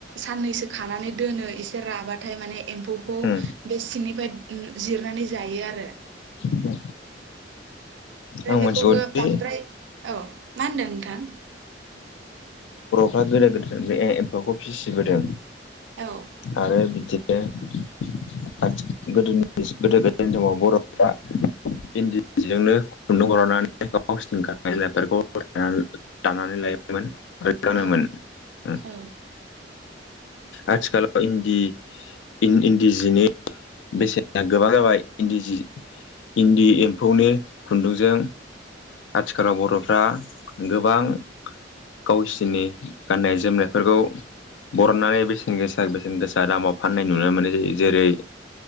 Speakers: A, on the right; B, on the left.
A: साननैसो खानानै दोनो एसे राबाथाय माने एम्फौ खौ
B: उम
A: बे सिंनिफ्राय जिरनानै जायो आरो
B: उम
A: ओमफ्राय
B: आं मिथिगौदि
A: बेखौबो बांद्राय औ मा होनदों नोंथां?
B: फोरा गोदो गोदाय बे एम्फाखौ फिसिबोदों
A: औ
B: आरो बिदिनो <unintelligible> समाव बरफ्रा इिन्द जिजोंनो <unintelligible> <unintelligible>
A: औ
B: ओं
A: औ
B: आथिखालाव इन्दि इन्दि जिनि बेसेना गोबां जाबाय इन्दि जि इन्दि एम्फौनि खुन्दुंजों आथिखालाव बर'फ्रा गोबां गावसोरनि गाननाय जोमनायफोरखौ बरननानै बेसेन गोसा बेसेन गोसा दामाव फाननाय नुनो मोन्नाय जायो जेरै